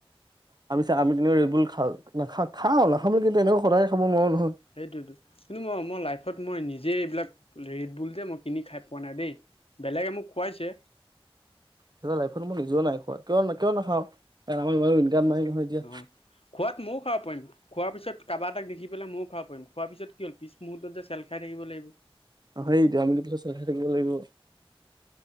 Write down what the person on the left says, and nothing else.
অঁ
সেইটোৱেতো কিন্তু মই মই লাইফত মই নিজে এইবিলাক ৰেট বোল যে মই কিনি খাই পোৱা নাই দেই, বেলেগে মোক খোৱাইছে।
অ খোৱাত ময়ো খাব পাৰিম, খোৱাৰ পিছত কাৰবাৰ তাক দেখি পেলাই ময়ো খাব পাৰিম, খোৱাৰ পিছত কি হল, পিছ মুহৰ্তত যে চেল খাই থাকি লাগিব। <inaudible>